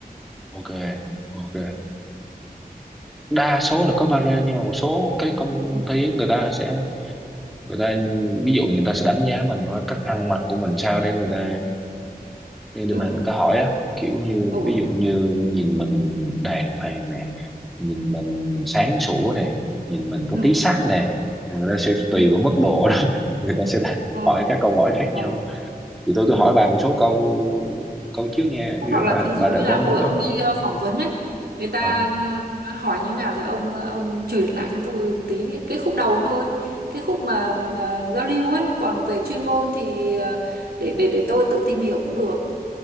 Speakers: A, in the centre; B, on the right.
A: ok ok đa số là có barrier nhưng mà một số cái công
B: ừ
A: ty người ta sẽ người ta ví dụ người ta sẽ đánh giá mình qua cách ăn mặc của mình sao để người ta để, để
B: ừ
A: mà người ta hỏi á kiểu như
B: ồ
A: ví dụ như nhìn mình đàng hoàng nè nhìn mình sáng sủa nè nhìn mình có
B: ừ
A: tí sắc nè Thì người ta sẽ
B: ừ
A: tùy vào mức độ đó <laughs> người ta sẽ đặt-
B: ừ
A: hỏi các câu hỏi khác
B: ừ
A: nhau thì tôi
B: ừ
A: tôi hỏi bà một số câu câu trước nha
B: hoặc
A: ví dụ
B: là
A: bà
B: thí
A: bà
B: dụ như
A: đợi
B: là
A: bớt
B: hồi
A: nữa
B: ông đi ờ, phỏng vấn ấy người ta
A: ờ
B: ờ, hỏi như thế nào thì ông ờ, ông chuyển lại cho tôi một tí cái khúc đầu thôi cái khúc mà ờ, giao lưu ấy còn về chuyên môn thì ờ, để để để tôi tự tìm hiểu cũng được